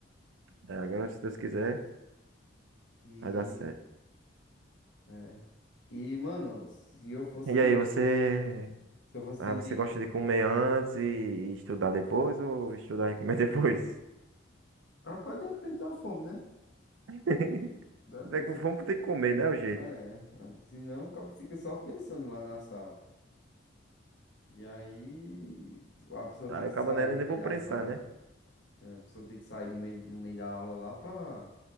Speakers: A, on the right (about 85°); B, on the left (about 65°).
A: é, agora se Deus quiser,
B: E.
A: vai dar certo.
B: É. E, mano, se eu fosse
A: E
B: te
A: aí,
B: indicar,
A: você.
B: se eu fosse
A: Ah,
B: te indicar,
A: você gosta de comer antes e e estudar depois ou estudar e comer depois?
B: rapaz, depende da fome, né?
A: <laughs> Se
B: Da
A: tiver
B: pessoa,
A: com fome, tem que comer, né? O jeito.
B: é, senão o cabo fica só pensando lá na sala. E aí, a pessoa
A: Aí
B: tem que
A: o
B: sair
A: cabo não é
B: no
A: nem
B: meio
A: vou
B: da
A: prensar,
B: sala.
A: né?
B: É, a pessoa tem que sair no meio, no meio da aula lá pra,